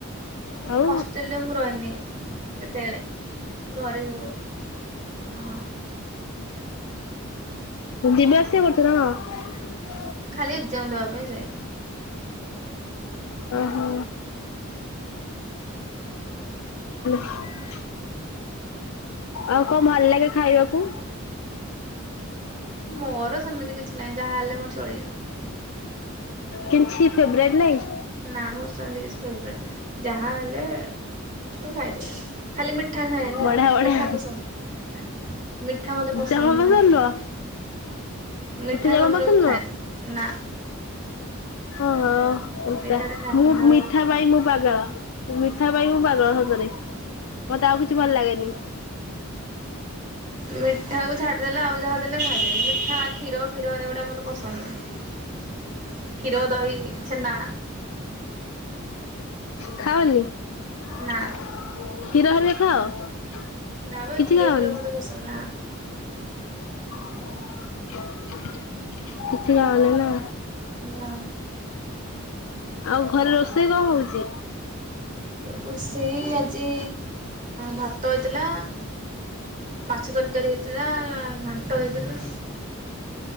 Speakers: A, on the left; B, on the right.
A: ଆଉ
B: ହଷ୍ଟେଲ ରେ ମୁଁ ରଇନି। କେତେବେଳେ ଘରେ ସବୁବେଳେ ହଁ।
A: ଯିବା ଆସିବା କରୁଥିଲ?
B: ଖାଲି ଏକଜାମ ଦେବା ପାଇଁ ଯାଏ।
A: ଓହୋ <unintelligible> ଆଉ କଣ ଭଲ ଲାଗେ ଖାଇବାକୁ?
B: ମୋର ସେମିତି କିଛି ନାହିଁ। ଯାହାହଲେ ମୋର ଚଳିଯିଵ।
A: କିଛି ଫେବରାଇଟ୍ ନାଇଁ?
B: ନା ମୋର ସେମତି କିଛି ଫେବରାଇଟ ନାହିଁ ଯାହା ତାହେଲେ ମୁଁ ଖାଇଦେବି। ଖାଲି ମି ମିଠା ଖାଏନି।
A: ବଢିଆ
B: ଆଉ
A: ବଢିଆ
B: ମିଠା ପସନ୍ଦ ମିଠା ମତେ ପସନ୍ଦ
A: ଜମା
B: ନୁହେ,
A: ନୁହଁ
B: ମିଠା
A: ଜମା
B: ଜମାରୁ
A: ପସନ୍ଦ
B: ମୁଁ ଖାଏନି ନା।
A: ହଁ ହଁଟା
B: ମିଠା ଟା ଖାଏନି
A: ମୁଁ
B: ଆଉ।
A: ମିଠା ପାଇଁ ମୁଁ ପାଗଳ। ମିଠା ପାଇଁ ମୁଁ ପାଗଳ ସତରେ। ମତେ ଆଉ କିଛି ଭଲ ଲାଗେନି।
B: ମିଠାକୁ ଛାଡିଦେଲେ ଆଉ ଯାହା ଦେଲେ ଖାଇଦେବି ମିଠା, କ୍ଷୀର କ୍ଷୀର ଏଗୁଡା ମୋତେ ପସନ୍ଦ ନୁହେଁ। କ୍ଷୀର, ଦହି, ଛେନା
A: ଖାଅନି? କ୍ଷୀର
B: ନା
A: ହେରିକା ଖାଅ। <inaudible>
B: ନା ବା
A: କିଛି
B: କ୍ଷୀର
A: ଖାଅନି?
B: ଫିର ମତେ ପସନ୍ଦ ନା।
A: <inaudible> <inaudible> କିଛି ଖାଅନି ନା?
B: ନା।
A: ଆଉ ଘରେ ରୋଷେଇ କଣ ହଉଛି?
B: ରୋଷେଇ ଆଜି ଭାତ ହୋଇଥିଲା ମାଛ ତରକାରୀ ହେଇଥିଲା, ଘାଣ୍ଟ ହେଇଥିଲା।